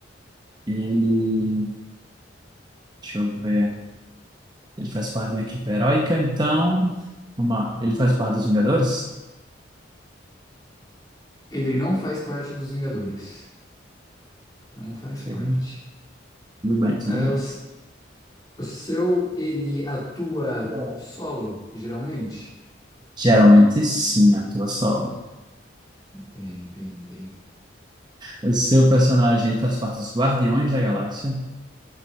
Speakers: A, on the right; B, on the left.
A: ele. Deixa eu ver. Ele faz parte de uma equipe heróica, então. Vamos lá. Ele faz parte dos Vingadores?
B: ele não faz parte dos Vingadores. Não faz parte.
A: Ok. Tudo bem, tudo
B: É, o, s- o seu, ele atua
A: bem.
B: solo, geralmente?
A: Geralmente sim, atua solo.
B: Bem, bem, bem.
A: O seu personagem ele faz parte dos Guardiões da Galáxia.